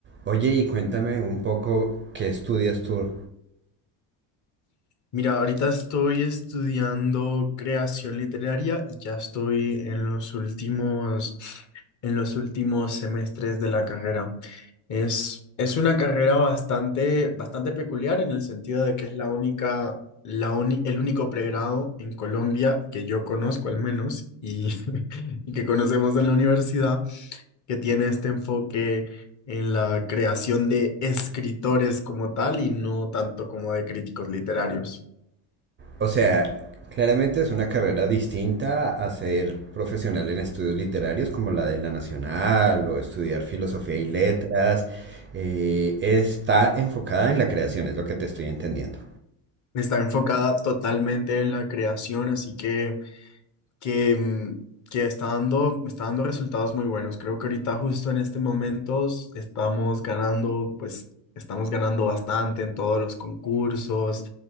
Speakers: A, on the right; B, on the left.
A: Oye, y cuéntame un poco qué estudias tú.
B: Mira, ahorita estoy estudiando creación literaria y ya estoy en los últimos, en los últimos semestres de la carrera. Es, es una carrera bastante, bastante peculiar en el sentido de que es la única, la uni- el único pregrado en Colombia que yo conozco al menos y, <laughs> y que conocemos en la universidad que tiene este enfoque en la creación de escritores como tal y no tanto como de críticos literarios.
A: O sea, claramente es una carrera distinta a ser profesional en estudios literarios como la de la Nacional o estudiar filosofía y letras. Eh, está enfocada en la creación, es lo que te estoy entendiendo.
B: está enfocada totalmente en la creación, así que, que, mm, que está dando, está dando resultados muy buenos. Creo que ahorita justo en este momento s- estamos ganando, pues estamos ganando bastante en todos los concursos